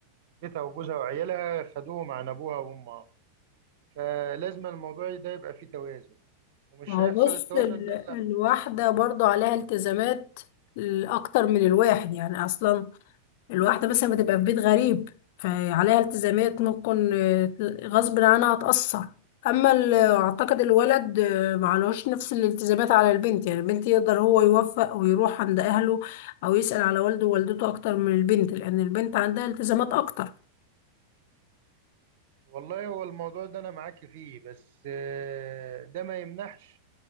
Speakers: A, on the right; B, on the left.
A: بيتها وجوزها وعيالها خدوهم عن ابوها وامها فلازم الموضوع ده يبقى فيه توازن ومش
B: ما هو
A: هيحصل
B: بص
A: التوازن
B: ال-
A: ده
B: الواحدة برضو عليها التزامات اكتر من الواحد يعني اصلا الواحدة مثلا بتبقى في بيت غريب فعليها التزامات ممكن آه، غصب عنها هتأثر أما ال- أعتقد الولد آه، معلوش نفس الالتزامات على البنت يعني البنت يقدر هو يوفق ويروح عند أهله أو يسأل على والده ووالدته أكتر من البنت لأن البنت عندها التزامات أكتر
A: والله هو الموضوع ده انا معاك فيه بس آه، ده ما يمنعش